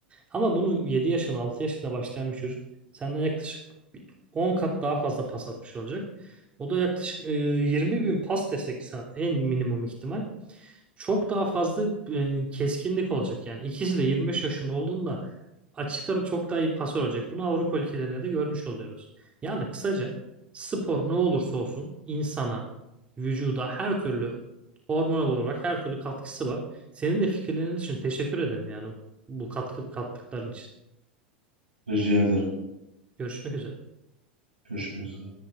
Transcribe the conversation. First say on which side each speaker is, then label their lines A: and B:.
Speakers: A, on the right; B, on the right.
A: Ama bunu yedi yaşına 6 yaşına başlayan bir çocuk senden yaklaşık bir 10 kat daha fazla pas atmış olacak. O da yaklaşık e, 20 bin pas desek sana en minimum ihtimal. Çok daha fazla e, keskinlik olacak yani. İkisi de 25 yaşında olduğunda açık ara çok daha iyi pasör olacak. Bunu Avrupa ülkelerinde de görmüş oluyoruz. Yani kısaca spor ne olursa olsun insana, vücuda her türlü hormonal olarak her türlü katkısı var. Senin de fikirlerin için teşekkür ederim yani bu katkı, kattıkların için.
B: rica ederim.
A: Görüşmek üzere.
B: Görüşmek üzere.